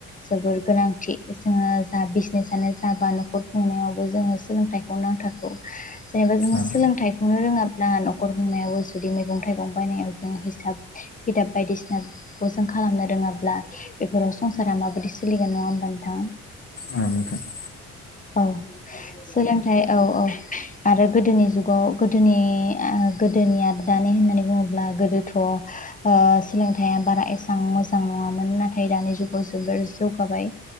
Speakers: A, on the left; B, on the left.
A: जोबोर गोनांथि जोङो जा बिजनेसानो जा बा न'खर खुंनायावबो जोङो सोलोंथाइ नांथारगौ जेनेबा जोङो
B: औ
A: सोलोंथाइखौनो रोङाब्ला न'खर हमनायावबो जुदि मैगं थाइगं बायनाय ज हसिदाब बायदिसिनाखौ जों खालामनो रोङाब्ला बेफोराव संसारा माबदि सोलिगोन नाङा होनबा नोंथां
B: औ नोंथां ।
A: औ सोलोंथाइ औ औ । आरो गोदोनि जुगाव गोदोनि आ गोदोनि आरो दानि होननानै बुङोब्ला गोदोथ' आ सोलोंथाइया बारा एसां मोजां नङामोन नाथाय दानि जुगाव जोबोर जौगाबाय।